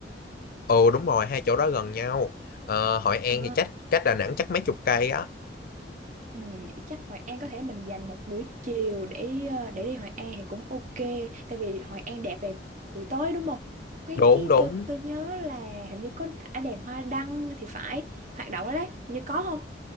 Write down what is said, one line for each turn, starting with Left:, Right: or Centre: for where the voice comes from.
Left: ồ đúng rồi hai chỗ đó gần nhau ờ, Hội An
Right: Ờ
Left: thì cách cách Đà Nẵng chắc mấy chục cây á
Right: Ừ, vậy chắc Hội An có thể mình dành một buổi chiều để ờ, để đi Hội An thì cũng ok tại vì Hội An đẹp về buổi tối đúng không cái
Left: đúng
Right: cái
Left: đúng
Right: tôi tôi nhớ là hình như có thả đèn hoa đăng thì phải hoạt động đó đấy như có không